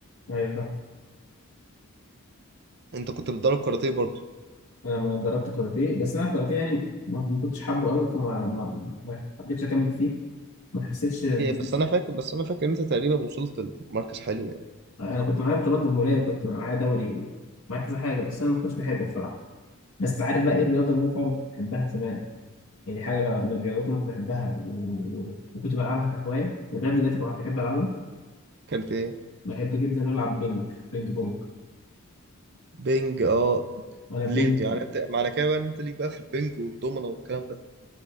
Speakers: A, on the left (about 85°); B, on the right (about 50°).
A: ايوه فاهم
B: انت كنت بتدرب كاراتيه برضه
A: أنا ما دربت كاراتيه بس أنا الكاراتيه يعني ما, ما كنتش حابه قوي فما ما... ما حبيتش أكمل فيه ما حسيتش
B: ليه
A: آه،
B: بس انا فاكر بس انا فاكر ان انت تقريبا وصلت لمركز حلو يعني
A: أنا كنت معايا بطولات جمهورية وكنت معايا دوري ومعايا كذا حاجة بس أنا ما كنتش بحبه بصراحة بس عارف بقى إيه الرياضة اللي أنا فعلا كنت بحبها زمان يعني حاجة من الرياضات اللي كنت بحبها و- و- وكنت بلعبها كهواية ولغاية دلوقتي بقى بحب ألعبها
B: كانت ايه
A: بحب جدا ألعب بينج بينج بونج
B: بينج اه
A: أنا البينج
B: ليه دي يعني انت معنى كده بقى ان انت ليك بقى في البينج والدومنه والكلام ده